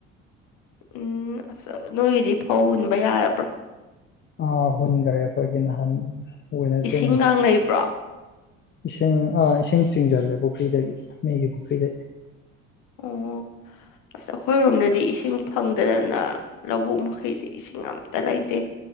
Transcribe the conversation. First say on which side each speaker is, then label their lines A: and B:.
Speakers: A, on the left; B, on the left.
A: ꯎꯝ ꯑꯁ ꯅꯣꯏꯒꯤꯗꯤ ꯐꯧ ꯍꯨꯟꯕ ꯌꯥꯔꯕ꯭ꯔꯣ
B: ꯑ ꯍꯨꯟꯈꯔꯦ ꯑꯩꯈꯣꯏꯒꯤ ꯅꯍꯥꯟ ꯋꯦꯅꯦꯁꯗꯦ
A: ꯏꯁꯤꯡꯒ
B: ꯅꯨꯃꯤꯠꯇ
A: ꯂꯩꯕ꯭ꯔꯣ
B: ꯏꯁꯤꯡ ꯏꯁꯤꯡ ꯆꯤꯡꯁꯤꯜꯂꯦ ꯄꯨꯈ꯭ꯔꯤꯗꯒꯤ ꯃꯤꯒꯤ ꯄꯨꯈ꯭ꯔꯤꯗꯗꯤ
A: ꯑꯣ ꯑꯁ ꯑꯩꯈꯣꯏꯔꯣꯝꯗꯗꯤ ꯏꯁꯤꯡ ꯐꯪꯗꯗꯅ ꯂꯧꯕꯨꯛ ꯃꯈꯩꯁꯦ ꯏꯁꯤꯡ ꯑꯝꯇ ꯂꯩꯇꯦ